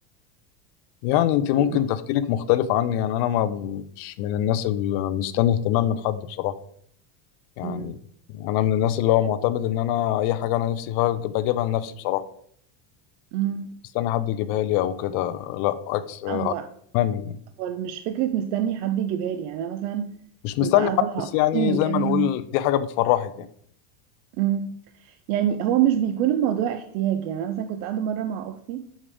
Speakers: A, on the left; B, on the right.
A: يعني أنت
B: فاهمة.
A: ممكن تفكيرك مختلف عني يعني أنا ما مش من الناس اللي مستني اهتمام من حد بصراحة يعني
B: مم.
A: انا من الناس اللي هو معتمد ان انا اي حاجه انا نفسي فيها بجيبها لنفسي بصراحه
B: مم.
A: مستني حد يجيبها لي او كده لا عكس
B: آه، هو
A: تماما يعني
B: هو مش فكرة مستني حد يجيبها لي يعني أنا مثلا
A: مش
B: كنت
A: مستني
B: قاعدة
A: حد
B: مع
A: بس
B: أختي
A: يعني
B: من
A: زي
B: كام
A: ما نقول
B: يوم
A: دي حاجه بتفرحك يعني
B: مم. يعني هو مش بيكون الموضوع احتياج يعني أنا مثلا كنت قاعدة مرة مع أختي